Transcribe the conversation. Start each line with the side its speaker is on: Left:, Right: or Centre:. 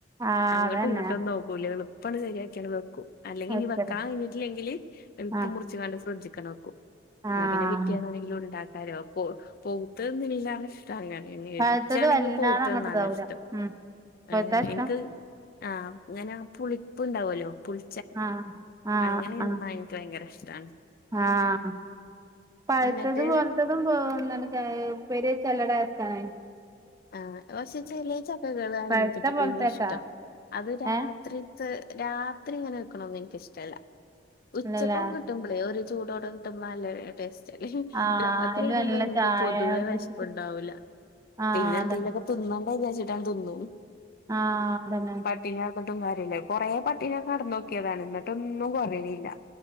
Right: ആഹ്
Left: അങ്ങോട്ടും
Right: അതന്നെ
Left: ഇങ്ങോട്ടൊന്നും നോക്കൂല്ല എളുപ്പങ്ങട് ശരിയാക്കിയങ്ങ് വെക്കും അല്ലെങ്കിൽ
Right: വെക്കല്
Left: ക്കാൻകഴഞ്ഞിട്ടില്ലെങ്കില് അപ്പൊ
Right: ആഹ്
Left: മുറിച്ച്കാണ്ട് ഫ്രിഡ്ജിങ്ങ് വെക്കും.
Right: ആഹ്
Left: എന്ന പിന്നെ പിറ്റേന്നാണെങ്കിലും ഉണ്ടാക്കാലോ പോവ് തന്നില്ലാത്ത ഇ അങ്ങനെണങ്കി,
Right: പഴുത്തത്
Left: ഇച്ച്ആണങ്കി
Right: വല്ലാതെ
Left: പോത്തത് തിന്നാനാണ്
Right: അങ്ങട്ട് ഇതാവൂല
Left: ഇഷ്ടം.
Right: ഉം പഴുത്താ
Left: ആ
Right: ഇഷ്ടം
Left: എനിക്ക് ആ അങ്ങനെ പുളിപ്പുണ്ടാവല്ലോ പുളി
Right: ആഹ് ആഹ്
Left: അങ്ങനെ തിന്നാൻ
Right: ആഹ്
Left: എനിക്ക് ഭയങ്കര ഇഷ്ടാ
Right: ആഹ് പഴുത്തത്
Left: എന്നിട്ട്
Right: പോലത്തെ <unintelligible> ഉപ്പേരി വെച്ചാ നല്ല ടേസ്റ്റാണെ
Left: ആ പക്ഷെ ചില ചക്കകളാണ്
Right: പഴുത്ത
Left: എനിക്ക്
Right: പോലത്തെട്ടാ
Left: ഇഷ്ടം അത് രാത്രി
Right: ഏഹ്
Left: രാത്രി ഇങ്ങനെ നിക്ക്ണതൊന്നും എനിക്ക് ഇഷ്ടല്ല. ഉച്ചകൊക്കെ
Right: അല്ലല്ലേ
Left: കിട്ടുമ്പേ ഒരു ചൂടോടെ കിട്ട്മ്പോ നല്ല ടേസ്റ്റ്
Right: ആഹ്
Left: രാത്രിയെന്തായാലും
Right: അയില് നല്ല
Left: നിക്ക്
Right: ചായ
Left: പൊതുവേ
Right: കുടിച്ചിട്ട്
Left: വിഷപ്പുണ്ടാവൂല്ല.
Right: ആഹ്
Left: പിന്നെ എന്തേലൊക്കെ
Right: അതന്നെ
Left: തിന്നണ്ടെ വിചാരിച്ചിട്ടങ്ങ്ട് തിന്നും.
Right: ആഹ് അതന്നെ
Left: പട്ടിണി കിടന്നിട്ടും കാര്യമല്ല. കൊറെേ പട്ടിണിയൊക്കെ കിടന്ന് നോക്കിയതാണ് എന്നിട്ടൊന്നും കൊറീണില്ല